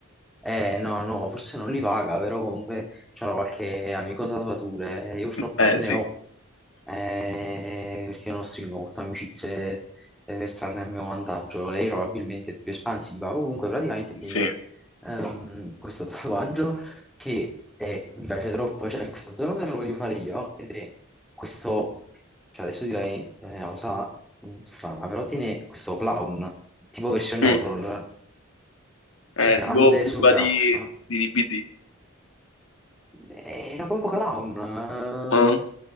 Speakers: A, in the centre; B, on the left.
A: eh, no, no, forse non li paga, però comunque c'era qualche amico tatuatore. eh, Io purtroppo
B: Eh,
A: non ne
B: sì,
A: ho, eh, perché io non stringo molto amicizie eh, per trarne a mio vantaggio. Lei probabilmente è più espansiva. Comunque praticamente tiene
B: sì.
A: ehm, questo <laughs> tatuaggio che eh, mi piace troppo, cioè in questa zona dove lo voglio fare io, ed è questo, cioè adesso direi eh, una cosa mh, strana, però tiene questo clown, tipo versione
B: Mm.
A: horror,
B: Eh,
A: grande
B: tipo Bubba
A: sul braccio,
B: di, di DBD.
A: era proprio clown,
B: Mm.